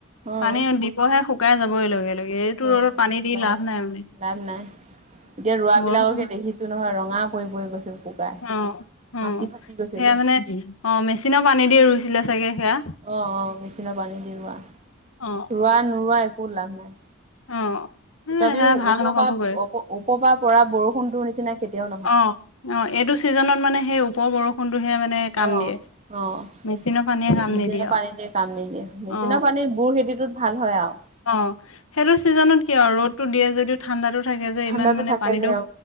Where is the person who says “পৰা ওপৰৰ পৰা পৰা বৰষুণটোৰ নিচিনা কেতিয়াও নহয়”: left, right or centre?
Right